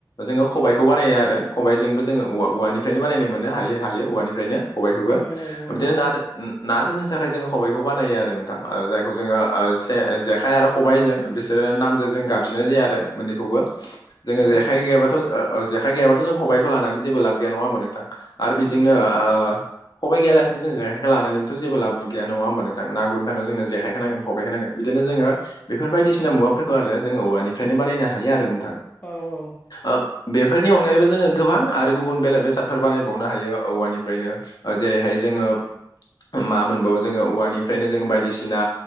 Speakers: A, on the left; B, on the left.
A: जोङो खबायखौ बानायो आरो रो खबायजोंबो जोङो औवा औवानिफ्रायनो बानायनो मोननो हायो हायो औवानिफ्रायनो खबायखौबो
B: औ औ औ
A: बिदिनो ना ना दोननो थाखाय जोङो खबायखौ बानायो आरो नोंथां जायखौ जोङो ओ से जेखाय आरो खबायजों बिसोरो नामजों जों गाबज्रिनाय जाया आरो मोननैखौबो जोङो
B: औ
A: जेखाइ गैयाबाथ' ओ जेखाइ गैयाबाथ' जों खबाइखौ लानानै जेबो लाब गैया नङा होमबा नोंथां आरो बेजोंनो
B: नंगौ
A: आ खबाय गैयालासिनो जों जेखाइखौ लानानैनिथ' जबो लाबो गया नङा होनबा नोंथां ना गुरनो थांनायाव जों जेखाइखो नांगोन सबायखो नांगोन बिदि नो जोङो बेफोर बायदिसिना मुवाफोरखौ आरो जोङो औवानिफ्रायनो बानायनो हायो आरो नोंथां
B: औ औ
A: ओ बेफोरनि अनगायैबो जोङो गोबां आरो गुबुन बेले बेसादफोर बानायबावनो हायो औवानिफ्रायनो जेरैहाय जों जोङो मा मोनबावो जोङो औवानिफ्रायनो जोङो बायदिसिना